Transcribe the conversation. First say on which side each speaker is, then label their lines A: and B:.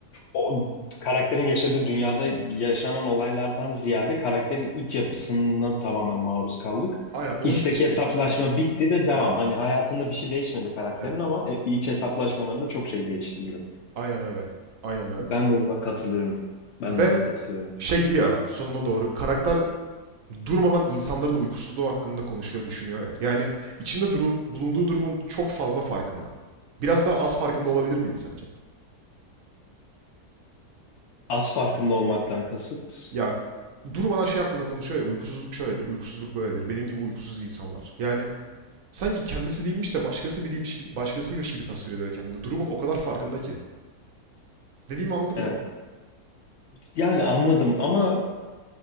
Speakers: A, on the left; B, on the right.
A: o karakterin yaşadığı dünyada yaşanan olaylardan ziyade karakterin iç yapısına tamamen maruz kaldık.
B: Aynen onun
A: İçteki
B: giriş gelişme
A: hesaplaşma
B: sonucu.
A: bitti ve devam.
B: Evet,
A: Hani hayatında bir şey değişmedi karakterin
B: evet.
A: ama e, iç hesaplaşmalarında çok şey değişti gibi.
B: Aynen öyle. Aynen öyle.
A: Ben de buna katılıyorum. Ben
B: Ve
A: de buna katılıyorum.
B: şeydi ya sonuna doğru karakter durmadan insanların uykusuzluğu hakkında konuşuyor, düşünüyor ya. Yani içinde durum, bulunduğu durumun çok fazla farkında. Biraz daha az farkında olabilir miydi sence?
A: Az farkında olmaktan kasıt.
B: Ya durmadan şey hakkında konuşuyor ya uykusuzluk şöyledir, uykusuzluk böyledir. Benim gibi uykusuz insanlar. Yani sanki kendisi değilmiş de başkası biriymiş gibi, başkasıymış gibi tasvir ediyor kendini. Durumun o kadar farkında ki. Dediğimi anladın
A: Evet.
B: mı?
A: Yani anladım ama